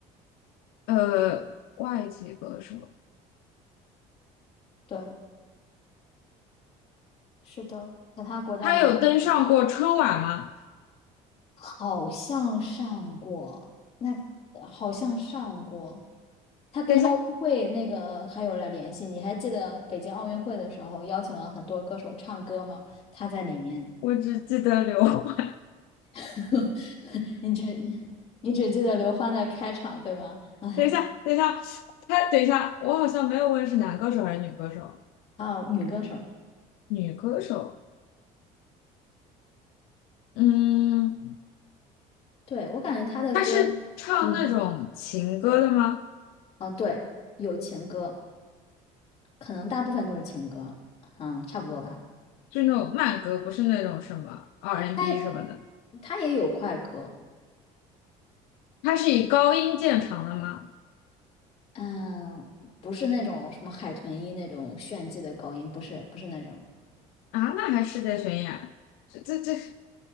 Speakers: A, on the left; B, on the left.
A: 呃，外籍歌手，
B: 对，是的，在他国家离中国
A: 他有登上过春晚吗？
B: 好像上过，那好像上过，他跟奥运会那个还有了联系，
A: 等一下，
B: 你还记得北京奥运会的时候邀请了很多歌手唱歌吗？他在里面，
A: 我只记得刘欢。
B: <laughs> 你只你只记得刘欢的开场，对吗？哎，
A: 等一下，等一下，他等一下，我好像没有问是男歌手还是女歌手。
B: 哦，女歌手，
A: 女歌手，嗯，
B: 对，我感觉他的歌，
A: 他是唱那种情歌的吗？
B: 嗯，哦，对，有情歌。可能大部分都是情歌，嗯，差不多吧。
A: 就是那种慢歌，不是那种什么 R&B
B: 他
A: N 什么的。
B: 他也有快歌，
A: 他是以高音见长的吗？
B: 嗯，不是那种什么海豚音那种炫技的高音，不是不是那种。
A: 啊，那还是界巡演。这这这，